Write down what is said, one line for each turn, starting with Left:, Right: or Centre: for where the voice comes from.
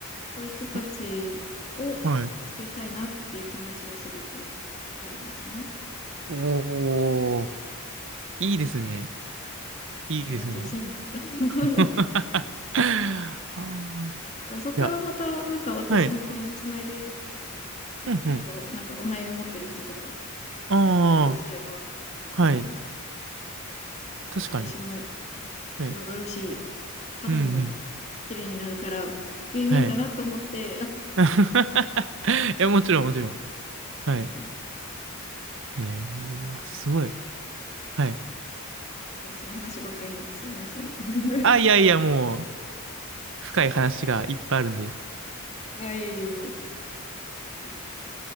Left: そういう人たちを救いたいなっていう気持ちはすごくありますね。
Right: まはい。おー、いいですね。いいですね。
Left: ありがとうございます。<laughs>
Right: <laughs> はあ。
Left: だからそこからまた、
Right: いや、
Left: なんか私にこのつないで
Right: はい。
Left: くだされば、
Right: うんうん。
Left: なんかお悩み持ってる人とか、
Right: ああ、
Left: つないでくだされば、うん。
Right: はい。
Left: そう、
Right: 確かに。
Left: 私も広がるし、
Right: はい。
Left: 肌も
Right: うんうん。
Left: 綺麗になるから、ウィンウィンかなと思って、
Right: はい。<laughs> いや、もちろん、
Left: <laughs> はい。
Right: もちろん。はい。
Left: うん。
Right: え
Left: ていう感じで、
Right: ー、あすごい。はい。
Left: 私の話ばっかりになってすみません。<laughs>
Right: あ、いやいや、もう、深い話がいっぱいあるんで。
Left: はい。はい。